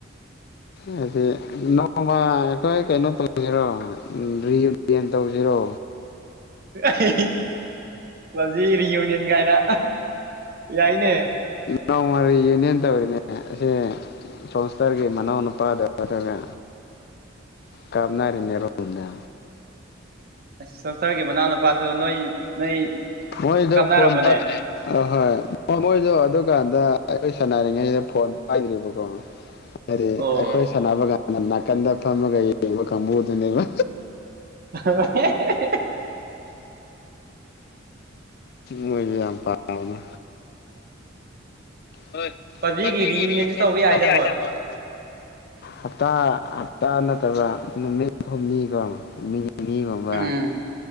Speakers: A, on the left; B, on the right.
A: ꯍꯥꯏꯗꯤ ꯅꯣꯡꯃ ꯑꯩꯈꯣꯏ ꯀꯩꯅꯣ ꯇꯧꯁꯤꯔꯣ ꯔꯤꯌꯨꯅꯤꯌꯟ ꯇꯧꯁꯤꯔꯣ
B: ꯑꯩ ꯍꯧꯖꯤ ꯔꯤꯌꯨꯅꯤꯌꯟ ꯀꯥꯏꯅ ꯌꯥꯏꯅꯦ
A: ꯅꯧꯃꯔꯤ ꯌꯧꯅꯦꯅ ꯇꯧꯔꯤꯅꯦ ꯑꯁꯤꯁꯦ ꯖꯣꯟꯁꯊꯔꯒꯤ ꯃꯅꯤꯎꯅꯤꯄꯥ ꯗ ꯑꯗꯨꯒ ꯀꯥꯞꯅꯔꯤꯅꯦ ꯔꯣꯝꯗ
B: ꯏꯁ ꯖꯣꯟꯁꯊꯔꯒꯤ ꯃꯅꯥꯎꯅꯨꯄꯥꯗꯨ ꯅꯣꯏ ꯅꯣꯏ
A: ꯃꯣꯏꯗꯣ
B: ꯀꯥꯞꯔꯕꯅꯦ
A: ꯐꯣꯟ ꯄꯥꯏ ꯑꯍꯣꯏ ꯃꯣꯏꯁꯨ ꯑꯗꯨꯀꯥꯟꯗ ꯑꯩꯈꯣꯏ ꯁꯥꯟꯅꯔꯤꯉꯩꯗ ꯐꯣꯟ ꯄꯥꯏꯗ꯭ꯔꯤꯕꯀꯣ
B: <unintelligible>
A: ꯍꯥꯏꯗꯤ
B: ꯑꯣ
A: ꯑꯩꯈꯣꯏ ꯁꯥꯟꯅꯕ ꯀꯥꯟꯗ ꯅꯥꯀꯟꯗ ꯐꯝꯃꯒ ꯌꯦꯡꯕ ꯀꯥꯡꯕꯨꯗꯨꯅꯦꯕ
B: ꯑ
A: ꯃꯣꯌ ꯌꯥꯝ ꯄꯥꯝꯕꯅꯦ ꯍꯣꯏ
B: ꯄꯞꯖꯤꯒꯤ
A: ꯄꯞꯖꯤꯗꯤ
B: ꯔꯤꯌꯨꯅꯤꯌꯟꯁꯨ
A: ꯔꯤꯌꯨꯅꯤꯌꯟ
B: ꯌꯥꯏꯗ
A: ꯇꯧꯕ ꯌꯥꯅꯤ ꯍꯣꯏ ꯍꯞꯇꯥ ꯍꯞꯇꯥ ꯅꯠꯇꯕ ꯅꯨꯃꯤꯠ ꯍꯨꯝꯅꯤꯀꯣ ꯅꯤ ꯅꯤꯅꯤ ꯒꯨꯝꯕ
B: ꯎꯝ